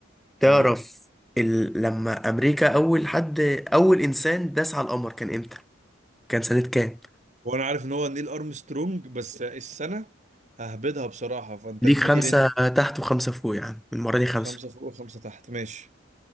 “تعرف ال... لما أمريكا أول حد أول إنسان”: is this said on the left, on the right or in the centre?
Centre